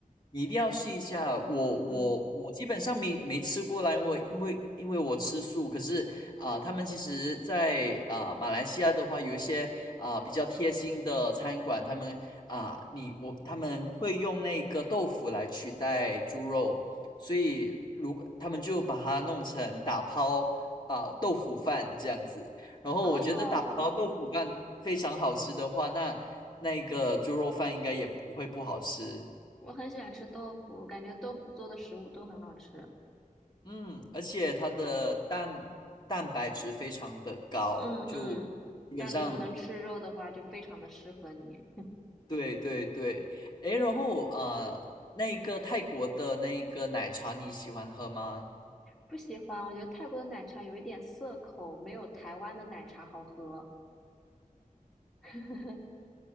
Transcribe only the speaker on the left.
你一定要试一下。我我我基本上没没吃过啦，
因为因为因为我吃素。可是啊、他们其实在，啊马来西亚的话，有一些啊、比较贴心的餐馆，他们啊、你我他们会用那个豆腐来取代猪肉，所以如果他们就把它弄成打抛啊、豆腐饭这样子。然后我觉得打包豆腐饭非常好吃的话，
那那个猪肉饭应该也不会不好吃。
嗯，而且它的蛋蛋白质非常的高，
就基本上
对对对。诶，然后呃，那个泰国的那个奶茶你喜欢喝吗？